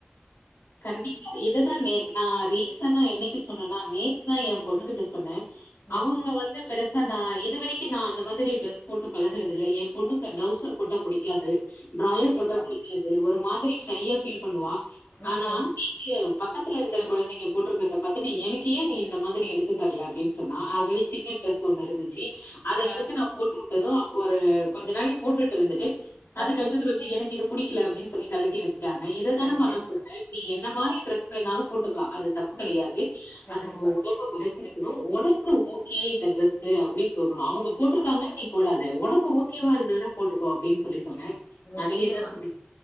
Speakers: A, on the left; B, on the left.
A: கண்டிப்பா இதுதா நே நா ரீசனா என்னே டி சொன்னனா நேத்து தா ஏ பொண்ணுகிட்ட சொன்ன
B: ம்
A: அவுங்க வந்து பெருசா நா இதுவரி கி நா அந்த மாதிரி டிரஸ் போட்டு பழகுனது இல்ல எ பொண்ணுக்கு டவுசர் போட்டா புடிக்காது டிராயர்
B: கண்டிப்பா
A: போட்டா புடிக்காது ஒரு மாதிரி ஷையா ஃபீல் பண்ணுவா ஆனா
B: ம்
A: <unintelligible> பக்கத் துல இருக்குற குழந்தைங்க போட்டுருக்கிறத பாத் ட்டு எனக்கு ஏ நீ இந்த மாதிரி எடுத்து தரல அப்டின் சொன்னா ஆல்ரெடி சின்ன டிரெஸ் ஒன்னு இருந்துச்சு அத
B: ஆ
A: எடுத்து நா போட்டு உட்டது ஒரு கொஞ்ச நாழி போட்டுட்டு இருந்துட்டு அதுக்கு
B: ஆ
A: அடுத்தது வந்து எனக்கு இதுப் புடிக்கல அப்டின்னு சொல்லி கழட்டி வச் காங்க இதுதான
B: கண்டிப்பா
A: மனசு நீ என்ன மாரி டிரெஸ் வேணாலு போட்டுக்கலா அது தப்பு கடையாது
B: கண்டிப்பா
A: அது உ உடம்ப மறச்சிருக்கனு ஒனக்கு ஓகே டிரஸ்சு அப்டின்னு தோணனு அவங்க போட்டருக்காங்கன்னு நீ போடாத உனக் கு ஓகேவா
B: நிச்
A: இருந்துதுனா போட்டுக் கோ அப்டின் சொல்லி சொன்னே
B: நிச்சயமா
A: அதயேதா சொல்லி